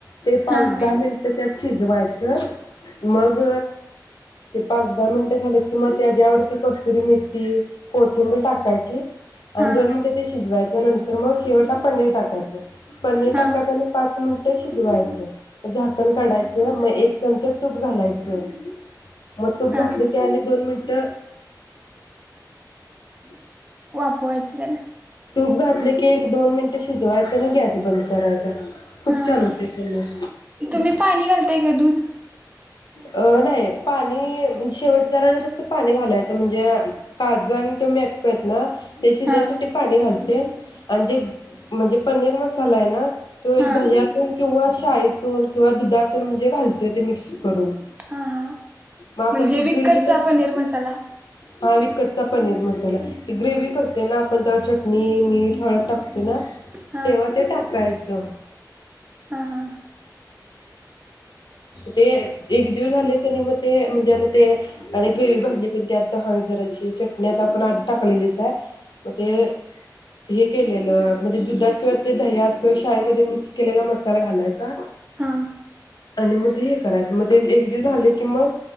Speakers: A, on the left; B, on the right.
A: ते पाच
B: हा
A: दहा मिनिट त्यात शिजवायचं मग ते पाच दहा मिनटं झालेत कि मग त्याच्यावरती कसुरी मेथी कोथिंबीर टाकायची. आणि
B: हा
A: दोन मिनटे ते शिजवायचे. त्या नंतर मग शेवटला पनीर टाकायचं. पनीर
B: हा
A: टाकात आणि पाच मिनिट तर शिजवायचं झाकण काढायचं मग एक चमचा तूप घालायचं. मग तूप
B: हा
A: घातली की आणि दोन मिनट <unintelligible>
B: वाफवायच त्याला.
A: तूप घातले की एक दोन मिनिटं शिजवायचं आणि गॅस बंद करायचा. खूप
B: हा
A: छान
B: हा,
A: होते पनीर
B: तुम्ही पाणी घालताय का दूध.
A: अ नाही पाणीे शेवट जरा जरास पाणी घालायचं म्हणजे काजू आणि ते मेपको आहेत ना. ते शिजायसाठी
B: हा
A: पाणी घालते. आणि जे म्हणजे पनीर मसाला आहे ना. तो
B: हा
A: दह्यातून किंवा साईतून किंवा दुधातून म्हणजे घालतोय ते मिक्स करून,
B: हा हा
A: म आपण
B: म्हणजे
A: ते
B: विकतचा
A: ग्रेवी <unintelligible>
B: पनीर मसाला
A: विकतचा पनीर मसाला. ती ग्रेवी करते ना आपण तर चटणी मीठ हळद टाकतोय ना.
B: हा
A: तेव्हा ते टाकायचं. ज.
B: हा हा.
A: ते एकजीव झाले कणी म ते म्हणजे आता ते ग्रेवी भाजली कणी मग त्यात हळद जराशी चटणी आता आपण आधी टाकलेलीच आहे म ते हे केलेलं म्हणजे दुधात किंवा ते दह्यात किंवा शाहीमध्ये मिक्स केलेला मसाला घालायचा.
B: हा
A: आणि म ते हे करायचं मग ते एकजीव झाले कि मग